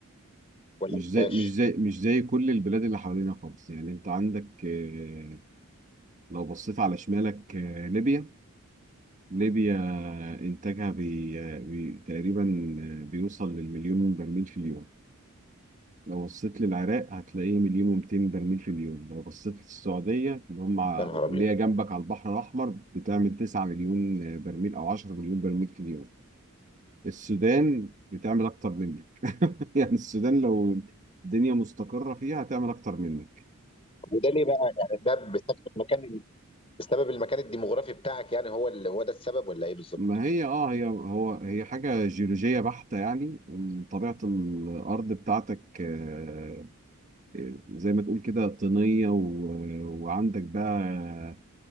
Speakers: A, on the left; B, on the right.
A: ولا
B: مش
A: ما
B: زي
A: فيهاش؟
B: مش زي مش زي كل البلاد اللي حوالينا خالص يعني انت عندك آه، لو بصيت على شمالك آه، ليبيا ليبيا انتاجها بي آه، بي تقريبا آه، بيوصل للمليون برميل في اليوم لو بصيت للعراق هتلاقيه مليون و200 برميل في اليوم لو بصيت للسعودية اللي هم ع-
A: يا نهار ابيض
B: اللي هي جنبك على البحر الأحمر بتعمل 9 مليون آه، برميل أو 10 مليون برميل في اليوم السودان بتعمل اكتر منك <laughs> يعني السودان لو الدنيا مستقرة فيها هتعمل اكتر منك
A: وده ليه بقى يعني ده بسبب المكان بسبب المكان الديموغرافي بتاعك يعني هو اللي هو ده السبب ولا ايه بالظبط
B: ما هي اه هي هو هي حاجة جيولوجية بحتة يعني إن طبيعة الأرض بتاعتك آه، آه، زي ما تقول كده طينية و- وعندك بقى